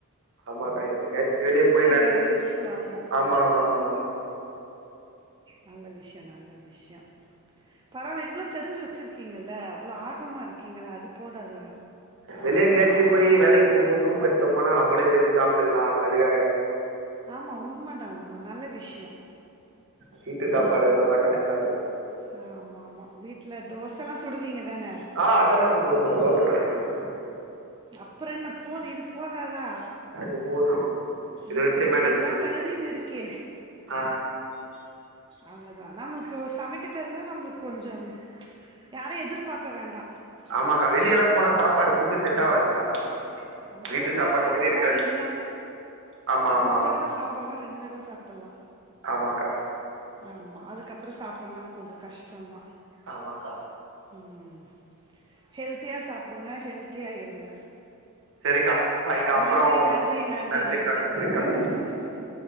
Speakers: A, on the right; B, on the right.
A: ஆமாக்கா இப்ப எங்கயாச்சு வெளிய
B: ஃப்யூச்சர்
A: போய் வேலைக்கு
B: ல
A: போ
B: யூஸ் ஃபுல் ஆகு
A: ஆமா ஆமா ஆமா
B: நல்ல விஷ்யோ நல்ல விஷ்யோ பரவால்ல இவ்ளோ தெரிஞ்சு வச்சுருக்கீங்கள அவ்ளோ ஆர்வமா இருக்கீங்கள அது போதாதா
A: வெளிய எங்கேயாச்சு போய் வேலைக்கு போம்போது ரூம் எத்தோம்மானா நம்பளே செஞ்சு சாப்டுக்கலா அதுக்காக
B: ஆமா உண்ம தா உண்ம நல்ல விஷ்யோ
A: வீட்டு சாப்பாடு இருந்தாதா கரெக்ட்டா இருக்கு
B: ஆ ஆமா ஆமா வீட்ல தோசலா சுடுவீங்கதான
A: ஆ அதெல்லா சுடுவோங்கா தோசலா சுடுவோ
B: அப்புறென்ன போது இது போதாதா
A: அது போது இத
B: இது
A: வச்சே
B: போது
A: மேனேஜ்
B: எல்லா
A: பண்ணிக்கலா
B: தகுதியும் இருக்கே
A: ஆ
B: அவ்ளதா நமக்கு சமைக்க தெரிஞ்சா நம்ளுக் கொஞ்சோ யாரையு எதிர்பாக்க வேண்டா
A: ஆமாக்கா வெளியல்லா போனா சாப்பாடு ஃபுட்டு செட் ஆவாதுக்கா
B: ஆமா
A: வீட்டு
B: ஒரு
A: சாப்பாடு
B: நாள் சாப்
A: மாரி
B: ட்டோனா
A: இருக்காது
B: ரெண்டு நாள் சா
A: ஆமா ஆமாம்
B: ஒரு தடவ சாப்புல்லா ரெண்டு தடவ சாப்புல்லா
A: ஆமாக்கா
B: ஆமா அதுக்கப்புறோ சாப்புனா கொஞ்சோ கஷ்டோந்தா
A: ஆமாக்கா
B: ம் ஹெல்த்தியா சாப்புடுங்க ஹெல்த்தியா இருங்க
A: செரிக்கா பாய்க்கா அப்புறோ
B: நன்றி நன்றி நன்றி
A: நன்றிக்கா
B: நன்றி
A: நன்றிக்கா
B: மிக்க நன்றி நன்றி